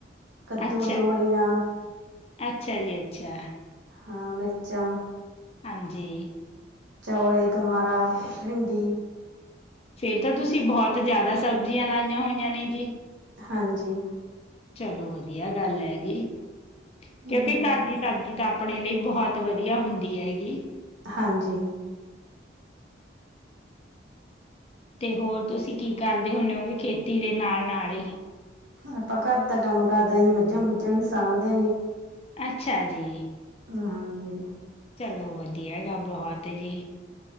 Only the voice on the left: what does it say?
ਅੱਛਾ ਜੀ,
ਅੱਛਾ ਜੀ ਅੱਛਾ।
ਹਾਂਜੀ।
ਫੇਰ ਤਾਂ ਤੁਸੀਂ ਬਹੁਤ ਜ਼ਿਆਦਾ ਸਬਜ਼ੀਆਂ ਲਾਈਆਂ ਹੋਈਆਂ ਨੇ ਜੀ।
ਚਲੋ ਵਧੀਆ ਗੱਲ ਹੈਗੀ,
ਕਿਉਂਕਿ ਘਰ ਦੀ ਸਬਜ਼ੀ ਤਾਂ ਆਪਣੇ ਲਈ ਬਹੁਤ ਵਧੀਆ ਹੁੰਦੀ ਹੈਗੀ।
ਤੇ ਹੋਰ ਤੁਸੀਂ ਕੀ ਕਰਦੇ ਹੁੰਣੇ ਹੋ ਵੀ ਖੇਤੀ ਦੇ ਨਾਲ-ਨਾਲ ਹੀ?
ਅੱਛਾ ਜੀ।
ਚਲੋ ਵਧੀਆ ਹੈਗਾ ਬਹੁਤ ਜੀ।